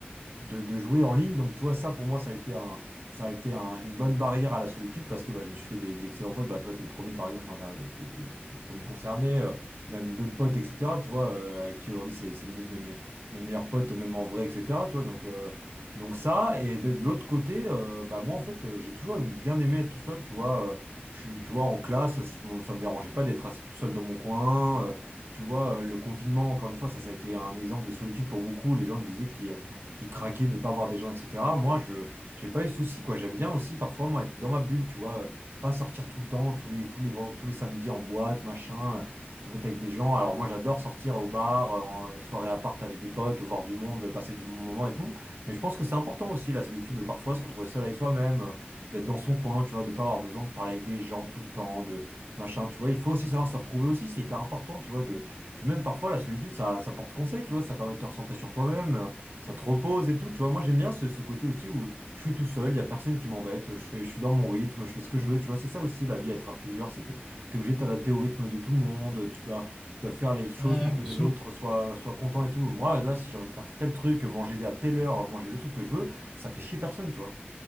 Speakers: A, on the right; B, in the centre.
A: de, de jouer en ligne. Donc, tu vois, ça pour moi, ça a été un, ça a été un- une bonne barrière à la solitude parce que bah, je me suis fait des, d'excellents potes. Bah, toi, t'es le premier, par exemple, enfin, t'es, t'es- t'es- t'es le premier concerné, euh, même d'autres potes, etc. Tu vois, euh, avec qui aujourd'hui, c'est, c'est limite mes, mes, mes meilleurs potes, même en vrai, etc. Tu vois, donc, euh, donc ça. Et de, de l'autre côté, euh, bah, moi, en fait, euh, j'ai toujours aimé- bien aimé être tout seul, tu vois. euh, je suis, tu vois, en classe, je m'en- ça me dérangeait pas d'être assis tout seul dans mon coin. euh, tu vois, euh, le confinement, encore une fois, ça, ça a été un exemple de solitude pour beaucoup. Les gens disaient qu'ils qui craquaient de pas voir des gens, etc. Moi, je j'ai pas eu de soucis, quoi. J'aime bien aussi parfois, moi, être dans ma bulle, tu vois, euh, pas sortir tout le temps, tous les, tous les, ven- tous les samedis en boîte, machin, euh, te mettre avec des gens. Alors moi, j'adore sortir au bar, euh, en soirée à part avec des potes, voir du monde, passer du bon moment et tout. Mais je pense que c'est important aussi, la solitude, de parfois se retrouver seul avec soi-même, euh, d'être dans son coin, tu vois, de pas avoir besoin de parler avec des gens tout le temps, de machin, tu vois. Il faut aussi savoir se retrouver aussi, c'est hyper important, tu vois, de... Puis même parfois, la solitude, ça, ça porte conseil, tu vois, ça permet de te recentrer sur toi-même. euh, ça te repose et tout. Tu vois, moi j'aime bien ce, ce côté aussi où je suis tout seul, il n'y a personne qui m'embête, je fais, je suis dans mon rythme, je fais ce que je veux. Tu vois, c'est ça aussi la vie, être à plusieurs, c'est que tu es obligé de t'adapter au rythme de tout le monde, tu dois, tu dois faire les choses
B: Ouais,
A: pour
B: bien
A: que
B: sûr.
A: l'autre soit, soit content et tout. Moi, là, si j'ai envie de faire tel truc, manger à telle heure, manger le truc que je veux, ça fait chier personne, tu vois.